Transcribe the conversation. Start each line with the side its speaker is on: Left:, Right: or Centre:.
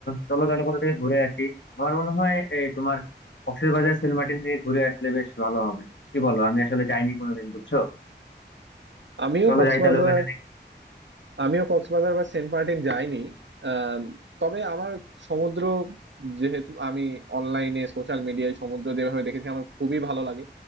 Left: চলো তাহলে কোথা থেকে ঘুরে আসি আমার মনে হয় এই তোমার কক্সবাজার সেন্ট মার্টিন দিয়ে ঘুরে আসলে বেশ ভালো হবে কি বলো আমি আসলে যাইনি কোনোদিন বুঝছো
Right: আমিও
Left: চলো
Right: কক্সবাজার
Left: যাই তাহলে ওখানে
Right: আমিও কক্সবাজার বা সেন্ট মার্টিন যাইনি আম, তবে আমার সমুদ্র যেহেতু আমি অনলাইনে সোশ্যাল মিডিয়ায় সমুদ্র যেভাবে দেখেছি আমার খুবই ভালো লাগে